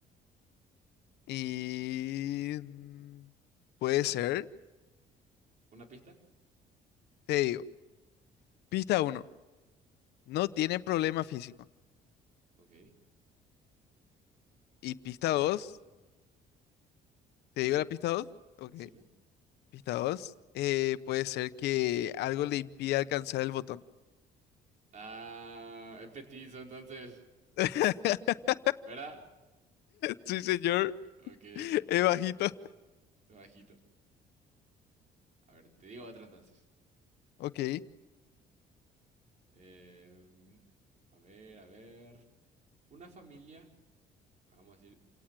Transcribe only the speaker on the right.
¿Una pista?
Ok,
no tiene
problema.
Decime,
decime.
Ah, es petizo entonces,
¿verdad?
Ok,
ok,
bajito. A ver, te digo otra entonces.
Em, a ver, a ver. Una familia, vamos a decir